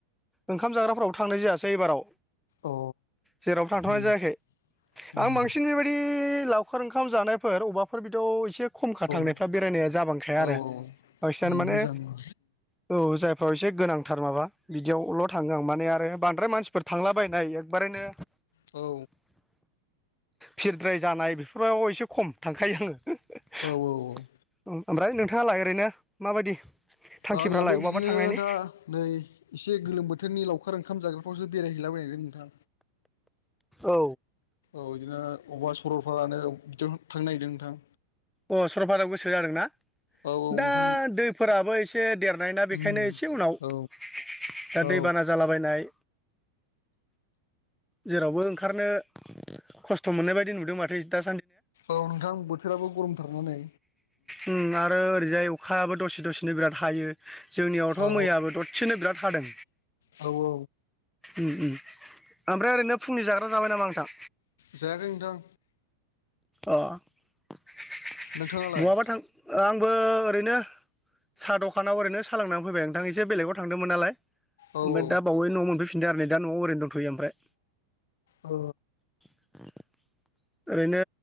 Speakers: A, in the centre; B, on the left (about 70°).
A: ओंखाम जाग्राफोरावबो थांनाय जायासै ऐबाराव।
B: अ
A: जेरावबो थाथ'नाय
B: उम
A: जायाखै।
B: उम
A: आं बांसिन बेबायदि लावखार ओंखाम जानायफोर अबाफोर बिदियाव एसे एसे खमखा थांनायफ्रा
B: औ
A: बेरायनाया जाबांखाया
B: औ
A: आरो बांसिनानो
B: उम
A: माने
B: मोजां उम
A: औ जाय फ्राव एसे गोनांथार माबा बिदियावल' थाङो आं माने आरो बांद्राय मानसि फोर थांलाबायनाय एकबारैनो
B: औ
A: भिरद्राय जानाय बेफोराव एसे खम थांखायो आङो। उम
B: औ औ
A: ओमफ्राय नोंथाङालाय ओरैनो माबायदि? थांखिफ्रालाय
B: आंनाबो बिदिनो
A: बहाबा थांनायनि
B: दा नै एसे गोलोम बोथोरनि लावखार ओंखाम जाग्राफ्रावसो बेरायहैला बायनायदों नोंथां।
A: औ
B: औ इदिनो अबावबा सरलपारानो बिदियाव थांनो नायगिरदों नोंथां।
A: अ सरलपारायाव गोसो जादों ना?
B: औ नोंथां
A: दा दैफोराबो एसे देरनाय ना बेखायनो
B: उम
A: एसे उनाव
B: औ
A: दा
B: औ
A: दैबाना जालाबायनाय जेरावबो ओंखारनो खस्थ' मोननाय बायदि नुदों माथो इ दा
B: औ नोंथां बोथोराबो गरमथारना नै।
A: उम आरो ओरैजाय अखायाबो दसे दसेनो बिराद हायो। जोंनियावथ'
B: औ
A: मैयाबो ददसेनो बिराद हादों।
B: औ औ
A: उम उम ओमफ्राय ओरैनो फुंनि जाग्रा जाबाय नामा नोंथां?
B: जायाखै नोंथां।
A: अ बहाबा
B: नोंथाङालाय
A: थां आं बो ओरैनो साहा दखानाव ओरैनो सा लोंनानै फैबाय नोंथां एसे बेलेगाव थांदोंमोन नालाय। ओमफ्राय
B: औ औ
A: दा बावै न'आव मोनफैफिनदो आरो नै दा न'आव ओरैनो दंथ'यो ओमफ्राय।
B: अ
A: <inaudible> ओरैनो